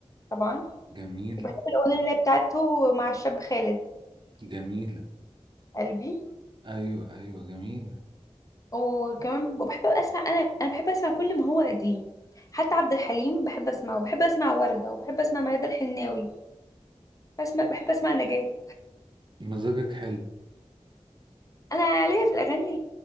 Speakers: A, on the left; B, on the right.
A: طبعا
B: جميله
A: وبحب الأغنية اللي هي بتاعته مع الشاب خالد
B: جميله
A: قلبي
B: ايوه ايوه جميله
A: وكمان بحب أسمع أنا أنا بحب أسمع كل ما هو قديم حتى عبد الحليم بحب أسمعه وبحب أسمع وردة وبحب أسمع ميادة الحناوي بسمع بحب أسمع نجاة
B: مزاجك حلو
A: أنا ليا في الأغاني